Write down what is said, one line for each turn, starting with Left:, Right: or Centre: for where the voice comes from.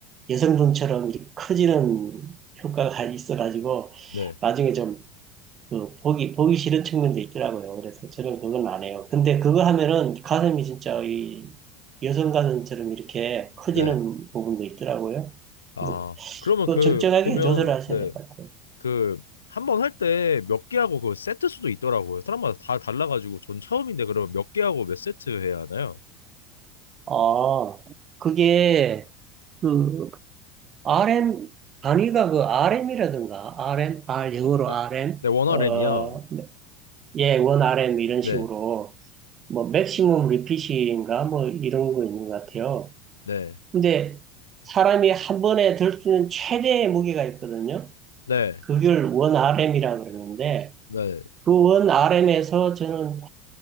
Right: 여성분처럼 이렇게 커지는 효과가 <laughs> 있어가지고
Left: 네,
Right: 나중에 좀그 보기, 보기 싫은 측면도 있더라고요. 그래서 저는 그건 안 해요. 근데 그거 하면은 가슴이 진짜 이 여성 가슴처럼 이렇게 커지는
Left: 네.
Right: 부분도 있더라고요.
Left: 아,
Right: 그래서
Left: 그러면
Right: 또
Left: 그,
Right: 적절하게
Left: 보면,
Right: 조절하셔야
Left: 네,
Right: 될 것 같아요.
Left: 그, 한 번 할 때 몇 개 하고 그 세트 수도 있더라고요. 사람마다 다 달라가지고, 전 처음인데 그러면 몇 개 하고 몇 세트 해야 하나요?
Right: 아, 그게 그 RM 단위가 그 RM이라든가 RM, R 영어로
Left: 네,
Right: RM,
Left: 네, 원어램이요.
Right: 어, 예, 원 RM 이런 식으로
Left: 네,
Right: 뭐 맥시멈 리핏인가 뭐 이런 거 있는 것 같아요.
Left: 네,
Right: 근데 사람이 한 번에 들 수 있는 최대의 무게가 있거든요.
Left: 네,
Right: 그걸 원 RM이라고 그러는데
Left: 네,
Right: 그 원 RM에서 저는